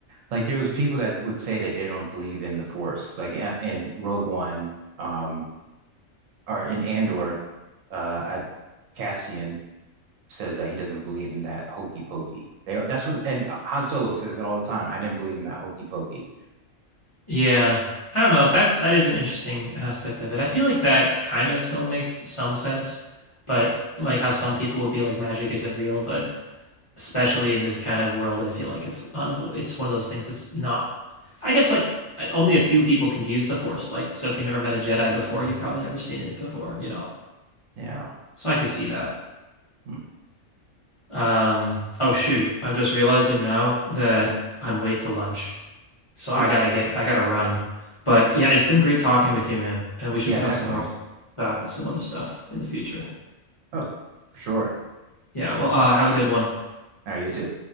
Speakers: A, on the right; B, on the left.
A: Like there was people that would say that they don't believe in the force, like a- in Rogue One, um, or in Andor, uh, I, Cassian. says that he doesn't believe in that hokey pokey. They that's what and Han Solo says it all the time. I didn't believe in that hokey pokey.
B: Yeah. I don't know. That's that is an interesting aspect of it. I feel like that kind of still makes some sense, but like how some people would be like magic isn't real, but especially in this kind of world, I feel like it's unavoid it's one of those things that's not I guess like I- only a few people can use the Force. Like so if you never met a Jedi before, you've probably never seen it before, you know.
A: Yeah.
B: So I could see that.
A: Mhm.
B: Um, oh shoot. I'm just realizing now that I'm late to lunch. So I
A: Oh,
B: gotta get, I gotta run. But yeah, it's been great talking with you, man. And we should
A: yeah,
B: talk
A: definitely.
B: some more s- about some other stuff in the future.
A: Oh, for sure.
B: Yeah, well, uh, have a good one.
A: All right, you too.